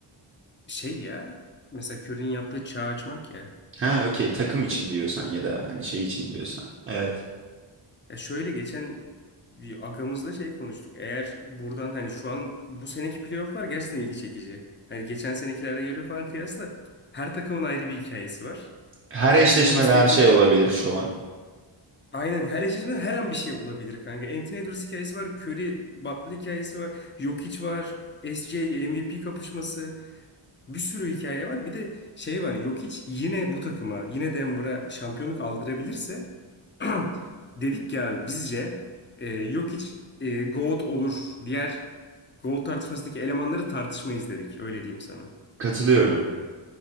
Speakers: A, on the left (about 25°); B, on the right (about 30°).
A: şey ya mesela Curry'in yaptığı çağ açmak ya.
B: Ha okey takım için diyorsan ya da hani şey için diyorsan. Evet.
A: Ya şöyle geçen bir agamızla şey konuştuk. Eğer buradan hani şu an bu seneki playofflar gerçekten ilgi çekici. Hani geçen senekilerle göre falan kıyasla her takımın ayrı bir hikayesi var.
B: Her eşleşmede
A: İşte Golden State'in
B: her şey olabilir şu an.
A: aynen her eşleşmede her an bir şey olabilir kanka. Anthony Edwards hikayesi var, Curry, Butler hikayesi var, Jokic var, SJ MVP kapışması. Bir sürü hikaye var. Bir de şey var. Jokic yine bu takıma, yine Denver'a şampiyonluk aldırabilirse <clears throat> Dedik ya bizce e, Jokic e, GOAT olur. Diğer GOAT tartışmasındaki elemanları tartışmayız dedik. Öyle diyeyim sana.
B: Katılıyorum.